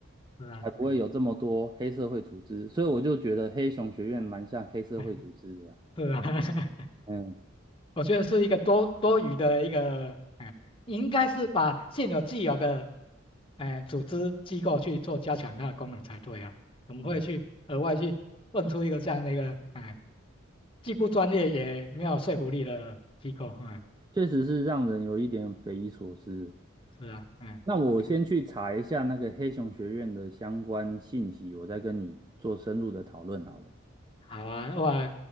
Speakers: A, on the left; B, on the right.
A: 是啊，
B: 才不会有这么多黑社会组织，
A: 哎
B: 所以我就觉得黑熊学院蛮像黑社会组织的啊，
A: 哎哎，是啊，<laughs>
B: 嗯。
A: 我觉得是一个多多余的一个，哎，应该是把现有既有的，哎，组织机构去做加强它的功能才对啊，怎么会去额外去蹦出一个这样的一个，
B: 嗯
A: 哎，既不专业也没有说服力的机构？哎，
B: 确实是让人有一点匪夷所思。
A: 是啊，哎，OK。
B: 那我先去查一下那个黑熊学院的相关信息，我再跟你做深入的讨论好了。
A: 好啊，哇，